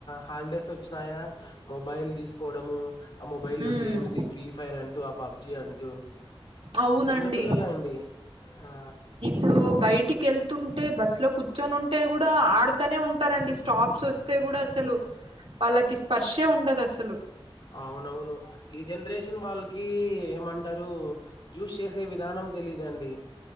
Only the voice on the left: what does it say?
హాలిడేస్ వచ్చినాయా మొబైల్ దీసుకోవడము ఆ మొబైల్
లో గేమ్స్ ఈ ఫ్రీ ఫైర్ అంటూ, ఆ పబ్జి అంటూ
చిన్నపిల్లలే అండి ఆ
అవునవును, ఈ జనరేషన్ వాళ్ళకి ఏమంటరూ యూస్ చేసే విధానం తెలిదండి